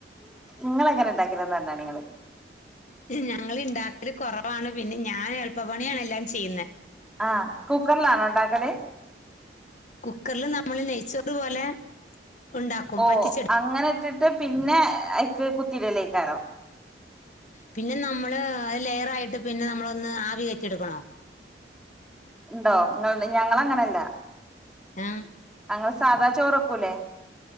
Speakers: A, in the centre; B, on the left.
A: ങ്ങള് എങ്ങനെ ഇണ്ടാക്കലെന്ന് പറഞ്ഞാണി നിങ്ങള്
B: ഞങ്ങള് ണ്ടാക്കല് കൊറവാണ് പിന്നെ ഞാൻ എളുപ്പ പണിയാണ് എല്ലാം ചെയ്യുന്നത്
A: ആ കുക്കറിലാണോ ണ്ടാ ക്കല്
B: കുക്കറില് നമ്മള് നെയ്ച്ചോറ് പോലെ ഉണ്ടാക്കും
A: ഓ
B: പറ്റിച്ചെടുക്കും
A: അങ്ങനെ ഇട്ടിട്ട് പിന്നെ അയ്ക്ക് കുത്തിടലേക്കാരം
B: പിന്നെ നമ്മള് ലെയർ ആയിട്ട് പിന്നെ നമ്മളൊന്ന് ആവി കേറ്റി എടുക്കണോ
A: ണ്ടോ നിങ്ങ ഞങ്ങള അങ്ങനെല്ല
B: ആ
A: ഞങ്ങള് സാദാ ചോറക്കൂലേ